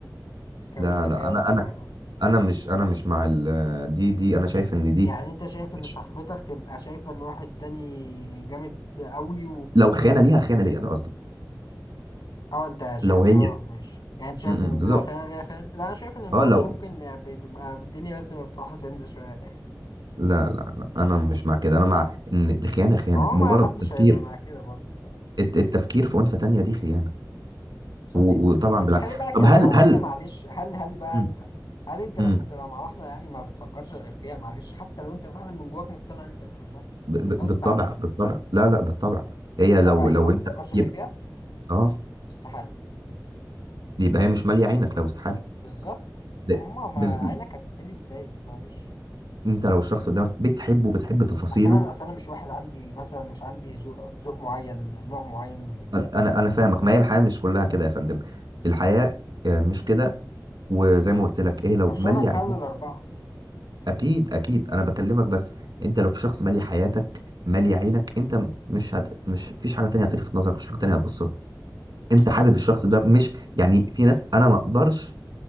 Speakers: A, on the left; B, on the right.
A: كبنت
B: لا
A: خيانة
B: لا انا
A: طبعا
B: انا
A: اه
B: انا مش انا مش مع ال دي دي انا شايف ان دي
A: يعني انت شايف ان
B: مش-
A: صاحبتك تبقى شايفة ان واحد تاني جامد قوي
B: لو خيانه ليها خيانه ليا ده قصدي
A: اه انت شايف
B: لو
A: اه
B: هي
A: ماشي يعني انت شايف
B: م-
A: ان
B: م، بالظبط
A: دي لو خيانة ليها خيانة لا انا شايف ان الولد
B: اه لو
A: ممكن بتبقى الدنيا بس مفتوحة سن شوية
B: لا لا لا انا مش مع كده انا مع ان الخيانه خيانه
A: ما هو
B: مجرد
A: ما حدش
B: التفكير
A: هيبقى مع كده برضه بصراحة
B: الت- التفكير في انثى تانيه دي خيانه
A: صحيح
B: و- وطبعا
A: بس
B: بالعكس
A: خلي بالك
B: طب
A: يعني
B: هل
A: هو
B: هل
A: انت معلش هل هل بقى
B: م-
A: انت هل انت لما
B: م.
A: بتبقى مع واحدة يعني ما بتفكرش غير فيها معلش حتى لو انت فعلا من جواك مقتنع ان انت بتحبها
B: ب- ب-
A: غصب
B: بالطبع
A: عنك
B: بالطبع لا لا بالطبع هي
A: بالطبع
B: لو
A: ايه
B: لو
A: ما بتفكرش
B: انت
A: غير
B: يبقى
A: فيها
B: اه
A: استحالة
B: يبقى هي مش ماليه عينك لو استحاله
A: بالظبط
B: ده-
A: ما هما ما
B: بز...
A: عينك هتتمني ازاي معلش
B: انت لو الشخص قدامك بتحبه بتحب تفاصيله
A: اصل انا اصل انا مش واحد عندي مثلا مش عندي ذوق ذوق معين نوع معين من ال...
B: انا انا أنا فاهمك ما هي الحياه مش كلها كده يا فندم الحياه آه، مش كده وزي ما قلت لك ايه لو
A: والشرع
B: ماليه
A: محل
B: عينك
A: الاربعه
B: اكيد اكيد انا بكلمك بس انت لو في شخص مالي حياتك مالي عينك انت م- مش هت... مش فيش حاجه تانية هتلفت نظرك مش حاجه تانية هتبص لها انت
A: صح
B: حابب الشخص ده مش يعني في ناس انا ما اقدرش